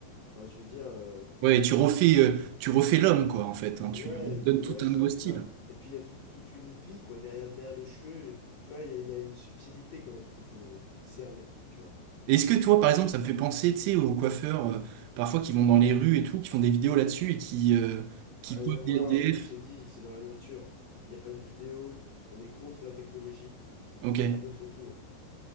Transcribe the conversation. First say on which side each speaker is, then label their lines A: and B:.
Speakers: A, on the left (about 80°); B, on the right (about 85°).
A: Enfin, je veux dire. euh,
B: Ouais, et tu refais euh, tu refais l'homme quoi en fait. hein. tu
A: Ouais,
B: lui donnes tout
A: ouais,
B: un
A: c'est
B: nouveau
A: un peu
B: style.
A: ça. Et puis il y a tout- toute une vie, quoi, derrière, derrière le cheveu. Tu vois, il y a, il y a une subtilité quand même qu'il faut cerner, tu vois.
B: Et Est-ce que toi par exemple ça me fait penser tu sais aux coiffeurs euh, parfois qui vont dans les rues et tout, qui font des vidéos là-dessus et qui euh, qui
A: A rien
B: coiffent
A: à voir,
B: des SDF.
A: nous, je t'ai dit, c'est dans la nature. Il n'y a pas de vidéo, on est contre la technologie,
B: Ok.
A: euh, contre tout, hein.